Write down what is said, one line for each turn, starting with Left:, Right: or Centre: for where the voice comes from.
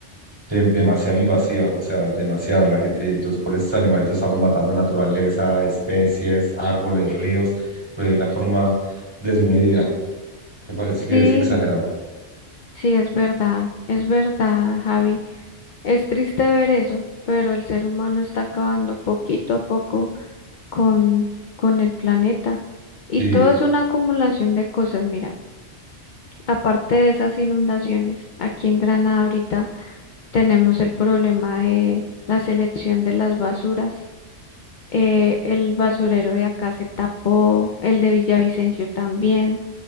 Right: de- demasiado invasiva, o sea, demasiado. La gente, los pobres animalitos estamos matando naturaleza, especies, árboles, ríos, pero de una forma desmedida. Me parece que
Left: Sí,
Right: es exagerado.
Left: sí, es verdad, es verdad, Javi. Es triste ver eso, pero el ser humano está acabando poquito a poco con, con el planeta. Y
Right: Sí,
Left: todo es una acumulación de cosas, mira. Aparte de esas inundaciones, aquí en Granada ahorita tenemos el problema de la selección de las basuras. eh, el basurero de acá se tapó, el de Villavicencio también.